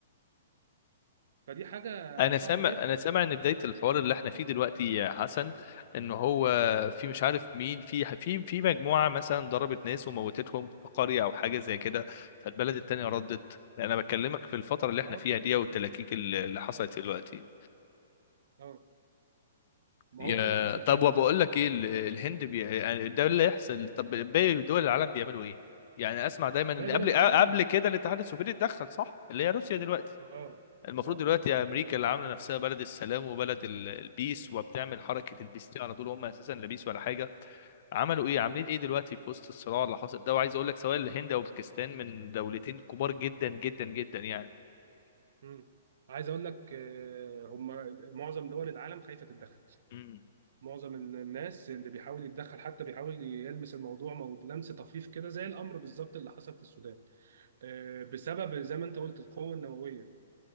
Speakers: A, on the right; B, on the left.
A: فدي حاجه
B: انا
A: صعبه
B: سامع
A: جدا
B: انا سامع ان بدايه الحوار اللي احنا فيه دلوقتي يا حسن ان هو في مش عارف مين في في في مجموعه مثلا ضربت ناس وموتتهم في قريه او حاجه زي كده فالبلد التانيه ردت انا بكلمك في الفتره اللي احنا
A: اه
B: فيها دي والتلاكيك
A: مم.
B: اللي اللي حصلت دلوقتي
A: اه ما
B: يا
A: هو ده اللي حصل
B: طب
A: فعلا
B: وبقول
A: زي ما بقول
B: لك ايه
A: لك
B: ال- الهند بي... يعني ده اللي يحصل طب باقي دول العالم بيعملوا ايه يعني اسمع دايما ان
A: باقي
B: قبل
A: دول العالم
B: قبل كده الاتحاد السوفيتي اتدخل صح اللي هي روسيا دلوقتي
A: اه
B: المفروض
A: اه
B: دلوقتي
A: اه اه
B: امريكا اللي عامله نفسها بلد السلام وبلد ال- البيس وبتعمل حركه البيس دي على طول هم اساسا لا بيس ولا حاجه عملوا ايه عاملين
A: مم.
B: ايه دلوقتي في وسط الصراع اللي حاصل ده وعايز اقول لك سواء الهند او باكستان من دولتين كبار جدا جدا جدا يعني
A: مم. عايز اقول لك آه، هم معظم دول العالم خايفه تتدخل
B: مم.
A: معظم الناس اللي بيحاول يتدخل حتى بيحاول يلمس الموضوع مو- لمس طفيف كده زي الامر بالظبط اللي حصل في السودان آه، بسبب زي ما انت قلت القوه النوويه